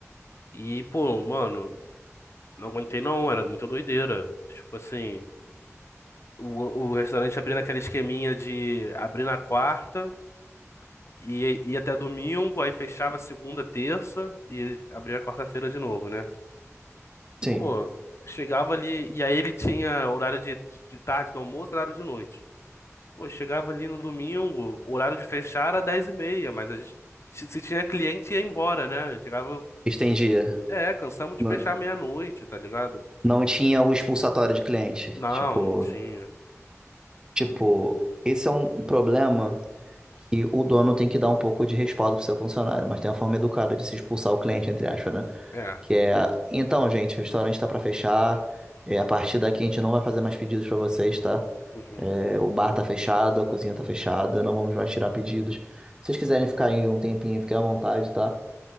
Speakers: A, on the left; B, on the right.
A: e, pô, mano, não aguentei não, era muita doideira, tipo assim... O, o restaurante abria naquela esqueminha de abrir na quarta, e ia até domingo, aí fechava segunda, terça e abria quarta-feira de novo, né?
B: Sim.
A: Pô, chegava ali, e aí ele tinha horário de, de tarde do almoço, horário de noite. Pô, chegava ali no domingo, o horário de fechar era dez e meia mas a gente, se se tinha cliente ia embora, né? Chegava,
B: Estendia.
A: é, cansamos de
B: Não,
A: fechar meia-noite, tá ligado?
B: não tinha o expulsatório de cliente.
A: Não,
B: Tipo,
A: não tinha.
B: tipo,
A: E-
B: esse é um problema que o dono tem que dar um pouco de respaldo pro seu funcionário, mas tem uma forma educada de se expulsar o cliente, entre aspas, né?
A: é,
B: Que é, então, gente, o restaurante tá para fechar. É, a partir daqui a gente não vai fazer mais pedidos para vocês, tá?
A: uhum.
B: É, o bar tá fechado, a cozinha tá fechada, não vamos mais tirar pedidos. Se vocês quiserem ficar aí um tempinho, fiquem à vontade, tá?